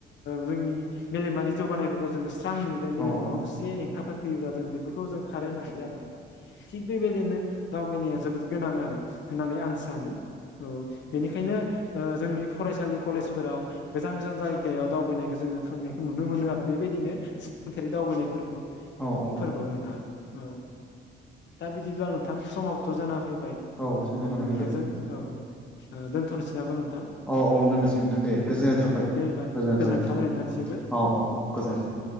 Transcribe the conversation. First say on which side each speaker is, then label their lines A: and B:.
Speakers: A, on the left; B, in the centre.
A: जोंनि मेलेमारि जौगानायफोरखौ जोङो स्रां मोनगोन।
B: औ
A: मेलेमाव माबा मोनसे हेंथाफोर फैयोब्ला जों बेफोरखौ जों खारहो हायो आरो नोंथां। थिग बेबायदिनो दावबायनाया जोबोद गोनां आरो होननानै आं सानो। औ बेनिखायनो ओ जोंनि फरायसालि कलेजफोराव गोजान गोजान जायगायाव दावबायनायखौ जोंङो थांनायखौ नुनो मोनो आरो बेबायदिनो सोलोंथायारि दावबायनायफोर खौ
B: औ
A: फोरखौ नोंथां औ दा बिदिब्ला थां समावथ' जाना फैबाय
B: औ समा
A: ओ
B: जाना
A: नोंथांजों
B: फैबाय
A: औ ओ दोनथ'नोसै नामा नोंथां?
B: औ औ दोननोसै नोंथां दे गोजोननाय थाबाय
A: औ दे होमबा
B: गोजोननाय थाबाय नोंथां
A: नोंथांनिसिमबो
B: औ औ
A: दे
B: गोजोननाय थाबाय।